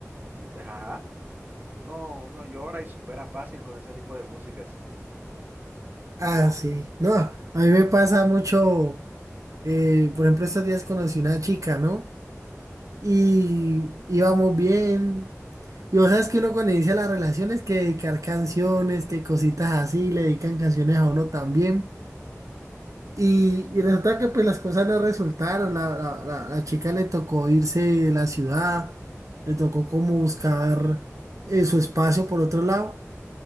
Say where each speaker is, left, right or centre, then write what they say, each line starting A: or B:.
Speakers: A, on the right (about 35°); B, on the right (about 80°).
A: Y pues, ajá, no, uno llora y supera fácil con ese tipo de músicas.
B: Ah, sí. No, a mí me pasa mucho, eh, por ejemplo, estos días conocí una chica, ¿no? y íbamos bien. Y vos sabes que uno cuando inicia las relaciones que dedicar canciones, que cositas así, le dedican canciones a uno también. Y, y resulta que pues las cosas no resultaron, la, la, la- la chica le tocó irse de la ciudad, le tocó como buscar eh, su espacio por otro lado.